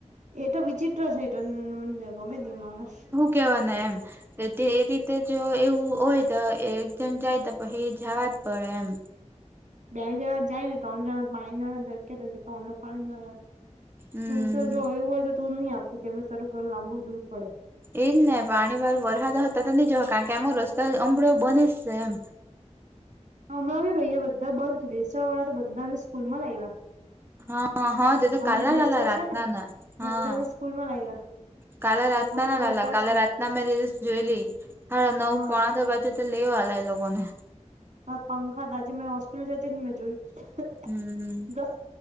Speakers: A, on the right; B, on the right.
A: એતો વિચિત્ર છે એટલે હમ્મ ગમે નહિ માણસ
B: કેવા ના એમ તે એ રીતે જો એવું હોય તો એક જણ જાય તો પછી જવા જ પડે એમ
A: બે જણા જાય ને ત્રણ જણા પાણી નડે ત્રણ પાણી નડે
B: હમ
A: તું તો જો એવું હોય તો તું નહી આપું કેમ કે તારું ઘર લાંબુ દૂર પડે
B: એજ ને પાણી વાર વરહદા હતા તો નહી જોવા કારણ કે આમ રસ્તો અંબળો બને જ ને એમ
A: હમણાં ભૈયા બધા બંધ છે દેશવા વાળા તો બધાને સ્કૂલ માં લાવ્યા
B: હા હા તે તો
A: આ
B: કાલ
A: પછી
B: ના
A: દેસરા
B: લલા રાતના
A: છે ને
B: ના હા
A: બધાને સ્કૂલ માં લાવ્યા
B: કાલે રાત
A: લોકો
B: ના
A: ત્યાં
B: ના લાલા
A: રેતા
B: કાલે
A: છે
B: રાતના મેં રીલ્સ જોઈલી હ નવ
A: હા
B: પોણા દો બાજુ તો લે વાલા એ લોકો ને
A: તો પંખા તાજે મેં હોસ્પિટલ જતી ને મેં જોયુ
B: હમ
A: તો